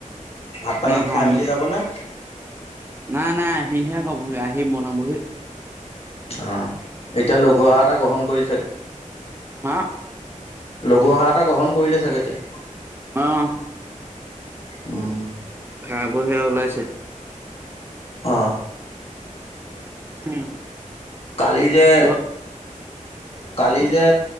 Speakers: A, on the left; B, on the right.
A: ভাত পানী
B: নাহনিলে
A: খাই মেলি যাব নে?
B: নাই, নাই, আহিহে কবহি আহি বনাবহি।
A: অ', এতিয়া লঘু আহাৰ এটা গ্ৰহণ কৰিছা চাগে?
B: হা?
A: লঘু আহাৰ এটা গ্ৰহণ কৰিলে চাগে এতিয়া?
B: অ'।
A: উম।
B: খাবহি আৰু ওলাইছে।
A: অ'।
B: উম।
A: কালি যে,
B: ঘ-
A: কালি যে